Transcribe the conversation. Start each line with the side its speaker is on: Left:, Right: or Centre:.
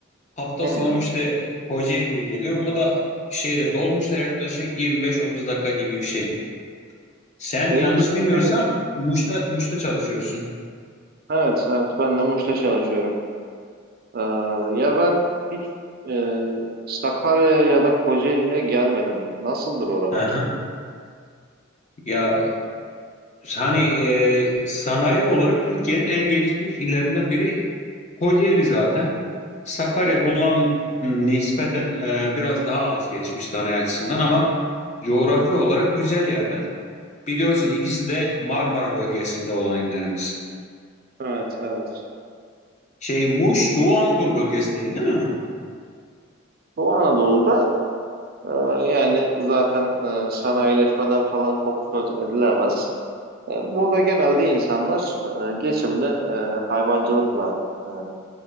Left: Hafta
Right: Hı.
Left: sonu işte Kocaeli'ye geliyorum. Bu da şeyle dolmuşla yaklaşık 25-30 dakika gibi bir şey. Sen
Right: E,
Left: yanlış
Right: iyi çok
Left: bilmiyorsam
Right: değilmiş.
Left: Muş'ta Muş'ta çalışıyorsun.
Right: Evet, evet. Ben de Muş'ta çalışıyorum. Ee, ya ben hiç e, Sakarya'ya ya da Kocaeli'ne gelmedim. Nasıldır oralar?
Left: Aha. Ya Hani e, sanayi olarak Türkiye'nin en gelişmiş illerinden biri Kocaeli zaten. Sakarya
Right: Hı hı.
Left: ona nispeten e, biraz daha az gelişmiş sanayi açısından ama coğrafi olarak güzel yerler. Biliyorsun ikisi de Marmara bölgesinde olan illerimiz.
Right: Evet, evet.
Left: Şey Muş Doğu Anadolu bölgesindeydi değil mi?
Right: Doğu Anadolu'da e, yani zaten e, sanayileşmeden falan çok söz edilemez. E, Burada genelde insanlar e, geçimini e, hayvancılıkla e,